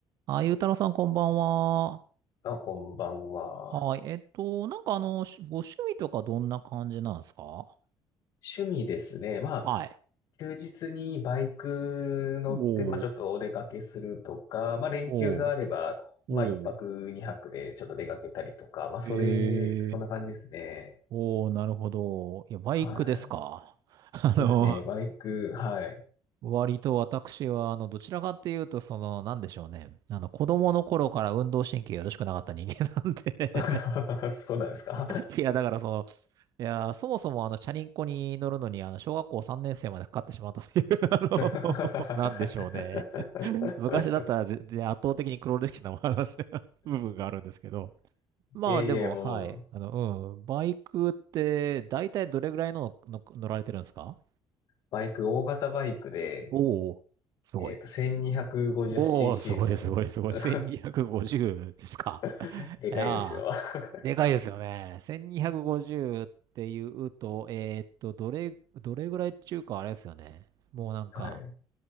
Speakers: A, on the right; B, on the left.
A: あ、ゆうたろうさん、こんばんは。
B: あ、こんばんは。
A: はい。えっと、なんかあの、しご趣味とかどんな感じなんですか
B: 趣味ですね。まあ、
A: はい。
B: 休日にバイク乗って、
A: おー、
B: まあちょっとお出かけするとか、まあ連休があれば、
A: おー、
B: まあ一泊二泊でちょっと出かけたりとか、
A: おー。
B: まあそれ、
A: え
B: そんな感じですね。
A: ー、おー、なるほど。いや、バイクですか。
B: はい。
A: <laughs> あの、
B: そうですね。バイク、はい。
A: 割と私は、あの、どちらかっていうと、その、なんでしょうね。あの、子供の頃から運動神経がよろしくなかった人間なんで
B: <laughs> そうなんですか。
A: <laughs> いや、だからその、いや、そもそもあの、チャリンコに乗るのに、あの、小学校3年生までかかってしまったという、あの、
B: <laughs>
A: <laughs> なんでしょうね。昔だったらぜ全然圧倒的に黒歴史なお話 <laughs> 部分があるんですけど。まあでも、
B: いえいえ、もう、
A: はい。あの、うん。バイクって、だいたいどれぐらいのの乗られてるんですか
B: バイク、大型バイクで、
A: おおー、すごい。
B: えっと、1250cc
A: おお、すごいすごいすごい。
B: の <laughs>
A: 1250ですか。
B: <laughs> でかいですよ。
A: いやー、
B: <laughs>
A: でかいですよね。1250っていうと、えーっと、どれ、どれぐらいっていうか、あれですよね。もうなんか、
B: はい。